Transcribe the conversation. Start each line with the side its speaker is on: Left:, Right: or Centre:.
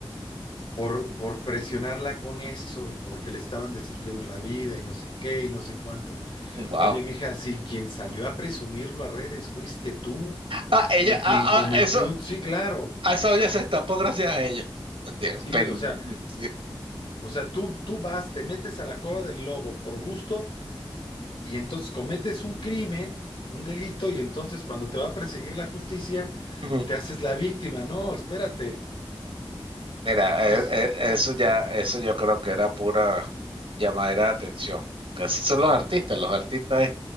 Left: por, por presionarla con eso y porque le estaban destruyendo la vida y no sé qué y no sé cuánto.
Right: Wow.
Left: Oye, mija, si quien salió a presumirlo a redes fuiste tú
Right: Ah, ella,
Left: y
Right: ah,
Left: quien cometió,
Right: ah, eso,
Left: sí, claro,
Right: a esa olla se destapó gracias a ella. <laughs> Sí,
Left: sí,
Right: pen-
Left: o sea,
Right: sí.
Left: o sea, tú, tú vas, te metes a la cueva del lobo por gusto Y entonces cometes un crimen, un delito, y entonces cuando te va a perseguir la justicia,
Right: Ujú.
Left: te haces la víctima. No, espérate.
Right: Mira,
Left: Entonces,
Right: eh, eh, eso ya, eso yo creo que era pura llamadera de atención. Que Así son los artistas, los artistas es